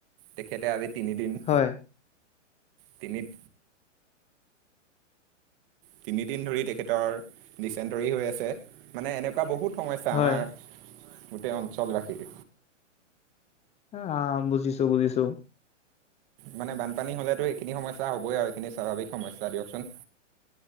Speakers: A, on the right; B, on the left.
A: তেখেতে আজি তিনি দিন-
B: হয়।
A: তিনি- তিনিদিন ধৰি তেখেতৰ ডিচেণ্টৰী হৈ আছে, মানে এনেকুৱা বহুত- সমস্যা
B: হয়
A: আমাৰ গোটেই অঞ্চলবাসীৰ।
B: অঁ, বুজিছো -বুজিছো।
A: মানে বানপানী হ'লেতো এইখিন সমস্যা হ'বই আৰু, এইখিনি স্বাভাৱ সমস্যা দিয়কচোন।